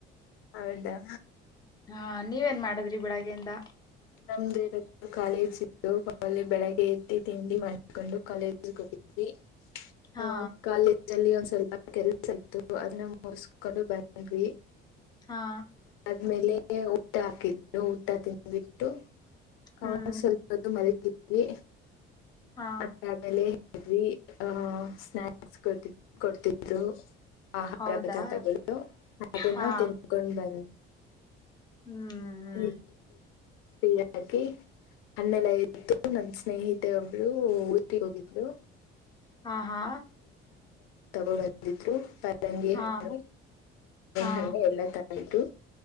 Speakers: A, on the left; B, on the left.
A: ಹೌದಾ
B: ಹಾ ನೀವೇನ್ ಮಾಡದ್ರಿ ಬೆಳಗ್ಗೆಯಿಂದ
A: ನಮ್ದು ಇ ಕಾಲೇಜ್ ಇದ್ದುಲ್ಲಿ ಬೆಳಗ್ಗೆ ಎದ್ದಿ ತಿಂಡಿ ಮಾಡಕೊಂಡು ಕಾಲೇಜಗೆ ಹೋಗಿದ್ವಿ
B: ಹಾ
A: ಹ ಕಾಲೇಜ ಲ್ಲಿ ಒಂದ್ ಸ್ವಲ್ಪ ಕೆಲ್ಸ ಇತ್ತು ಅದನ್ನ ಮುರ್ಸ್ಕೊಂಡು ಬಂದ್ವಿ
B: ಹಾ
A: ಆಮೇಲೆ ಊಟ ಹಾಕಿದ್ದು ಊಟ ತಿನ್ಬಿಟ್ಟು ಹ
B: ಹ್ಮ್
A: ಹ ಸ್ವಲ್ಪತ್ತು ಮರಿ ಬಿಿ
B: ಹಾ
A: ಅಷ್ಟಾಗಲೆ ಅಿ ಆಹ ಸ್ನಾಯಕ್ಸ್ ಕೊಡ್ತ ಕೊಡ್ತಿದ್ರು ಆಹಾರ
B: ಹೌದಾ
A: ಪದಾರ್ಥಗಳು ಅದನ್ನ
B: ಹಾ
A: ತಿನ್ಕೊಂಡ್ ಬನ್ನಿ
B: ಹ್ಮ್ ಹ್ಮ್
A: ಈ ೀ ಹಾಕಿ ನ್ಣೆಲ್ಲ ಇತ್ತು ನನ್ ಸ್ನೇಹಿತೆ ಒಬ್ರು ಊಟಿಗೆ ಹೋಗಿದ್ರು
B: ಹಾ ಹಾ
A: ತಗೊ ಬಂದಿದ್ರು ತಂಗಿ
B: ಹಾ
A: ಹಣ್ಣು
B: ಹಾ
A: ಹಣ್ಣು ಎಲ್ಲ ತ <unintelligible>